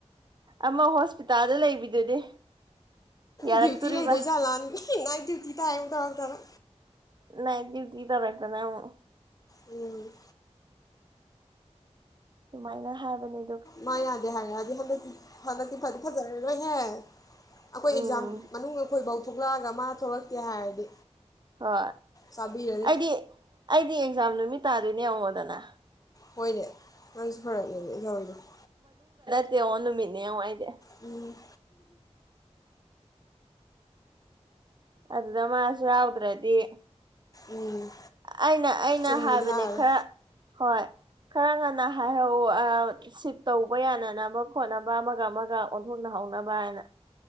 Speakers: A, on the right (about 40°); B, on the left (about 30°).
A: ꯑꯃ ꯍꯣꯁꯄꯤꯇꯥꯜꯗ ꯂꯩꯕꯤꯗꯨꯗꯤ ꯌꯥꯔꯛꯇꯣꯔꯤꯕ
B: ꯗ꯭ꯌꯨꯇꯤ ꯂꯩꯗꯣꯏꯖꯥꯠꯂꯟ ꯅꯥꯏꯠ ꯗꯌꯨꯇꯤ ꯇꯥꯏꯌꯦꯅ ꯑꯃꯨꯛ ꯇꯧꯔꯛꯇꯅ
A: ꯅꯥꯏꯠ ꯗꯌꯨꯇꯤ ꯇꯧꯔꯛꯇꯅ ꯑꯃꯨꯛ
B: ꯎꯝ
A: ꯁꯨꯃꯥꯏꯅ ꯍꯥꯏꯕꯅꯦ
B: ꯃꯥꯥꯏ ꯌꯥꯗꯦ ꯍꯥꯏꯔꯛ ꯑꯗꯤ ꯍꯟꯗꯛꯇꯤ ꯐꯒꯗꯤ ꯐꯗꯤ ꯐꯖꯔꯔꯣꯏꯍꯦ ꯑꯩꯈꯣꯏ
A: ꯎꯝ
B: ꯑꯦꯛꯖꯥꯝ ꯃꯅꯨꯡ ꯑꯩꯈꯣꯏꯐꯧ ꯊꯣꯛꯂꯛꯑꯒ ꯃꯥ ꯊꯣꯛꯂꯛꯇꯦ ꯍꯥꯏꯔꯗꯤ
A: ꯍꯣꯏ
B: ꯆꯥꯕꯤꯔꯅꯤ
A: ꯑꯩꯗꯤ ꯑꯩꯗꯤ ꯑꯦꯛꯖꯥꯝ ꯅꯨꯃꯤꯠ ꯇꯥꯗꯣꯏꯅꯦ ꯌꯦꯡꯉꯣꯗꯅꯥ
B: ꯍꯣꯏꯅꯦ ꯅꯪꯁꯨ ꯐꯔꯛꯅꯤꯅꯦ <unintelligible>
A: ꯌꯦꯡꯉꯣ ꯅꯨꯃꯤꯠꯅꯦ ꯌꯦꯡꯉꯣ ꯑꯩꯗꯤ
B: ꯎꯝ
A: ꯑꯗꯨꯗ ꯃꯥꯁꯨ ꯌꯥꯎꯗ꯭ꯔꯗꯤ
B: ꯎꯝ
A: ꯑꯩꯅ ꯑꯩꯅ
B: ꯆꯨꯝꯅꯗꯤ
A: ꯍꯥꯏꯕꯅꯦ
B: ꯍꯥꯏꯔꯔꯣꯏ
A: ꯈꯔ ꯍꯣꯏ ꯈꯔ ꯉꯟꯅ ꯍꯥꯏꯍꯧ ꯑꯥ ꯁꯤꯞ ꯇꯧꯕ ꯌꯥꯅꯅꯕ ꯈꯣꯠꯅꯕ ꯑꯃꯒ ꯑꯃꯒ ꯑꯣꯟꯊꯣꯛꯅꯍꯧꯅꯕ ꯍꯥꯏꯅ